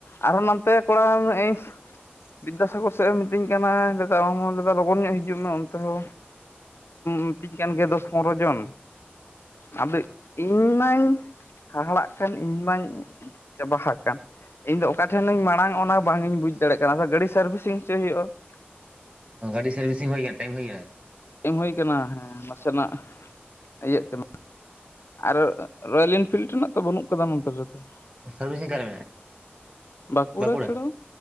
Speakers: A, on the left (about 85°); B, on the right (about 30°).
A: ᱟᱨᱦᱚᱸ, ᱱᱟᱱᱛᱮ ᱠᱚᱲᱟ, ᱢᱮ ᱤᱧ ᱵᱤᱫᱽᱫᱟᱥᱟᱜᱚᱨ ᱥᱮᱫ, ᱮᱢ ᱢᱤᱛᱟᱹᱧ ᱠᱟᱱᱟ, ᱫᱟᱫᱟ ᱟᱢ ᱦᱚᱸ, ᱫᱟᱫᱟ ᱞᱚᱜᱚᱱ ᱧᱚᱜ ᱦᱤᱡ- ᱡᱩᱜ ᱢᱮ, ᱚᱱᱛᱮ ᱦᱚᱸ, ᱢᱤᱛᱤᱧ ᱠᱟᱱ ᱜᱮ, ᱫᱚᱥ ᱯᱚᱱᱨᱚ ᱡᱚᱱ ᱟᱫᱚ, ᱤᱧ ᱢᱟᱧ ᱦᱟᱦᱟᱲᱟᱜ ᱠᱟᱱ, ᱤᱧ ᱢᱟᱧ ᱪᱟᱵᱟ ᱦᱟᱠᱟᱱ ᱤᱧ ᱫᱚ, ᱚᱠᱟ ᱴᱷᱮᱱᱤᱧ ᱢᱟᱲᱟᱝ ᱾ ᱚᱱᱟ ᱵᱟᱝ ᱤᱧ ᱵᱩᱡᱽ ᱫᱟᱲᱮᱭᱜ ᱠᱟᱱᱟ ᱾ ᱟᱫᱚ, ᱜᱟᱹᱰᱤ ᱥᱟᱨᱵᱷᱤᱥᱤᱝ ᱦᱚᱪᱚᱭ ᱦᱩᱭᱩᱜᱼᱟ ᱾
B: ᱜᱟᱹᱰᱤ ᱥᱟᱨᱵᱷᱤᱥᱤᱝ ᱦᱩᱭ ᱠᱟᱱ, ᱴᱟᱭᱤᱢ ᱦᱩᱭ ᱮᱱᱟ ᱾
A: ᱴᱟᱭᱤᱢ ᱦᱩᱭ ᱟᱠᱟᱱᱟ, ᱦᱮᱸ, ᱱᱟᱥᱮᱱᱟᱜ ᱤᱭᱟᱹᱜ ᱠᱟᱱᱟ ᱾ ᱟᱨ, ᱨᱚᱭᱮᱞ ᱤᱱᱯᱷᱤᱞᱢ ᱨᱮᱱᱟᱜ ᱛᱚ, ᱵᱟᱹᱱᱩᱜ ᱟᱠᱟᱫᱟ ᱾ ᱱᱚᱱ ᱛᱮ, ᱨᱮᱫᱚ
B: ᱥᱟᱨᱵᱷᱤᱥᱤᱝ, ᱚᱠᱟ ᱨᱮ ᱢᱮᱱᱟᱜᱼᱟ?
A: ᱵᱟᱠᱩᱲᱟ
B: ᱵᱟᱸᱠᱩᱲᱟ?
A: ᱪᱷᱟᱲᱟ ᱾